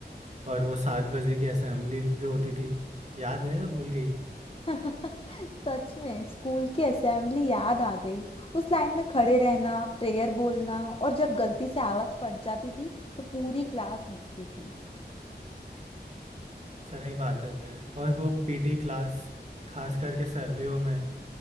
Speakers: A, on the right; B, on the left.
A: और वो सात बजे की असेंबली जो होती थी याद है या भूल गई
B: <laughs> सच में स्कूल की असेंबली याद आ गई उस लाइन में खड़े रहना प्रेयर बोलना और जब गलती से आवाज फट जाती थी तो पूरी क्लास हंसती थी
A: सही बात है और वो पीटी क्लास खास करके सर्दियों में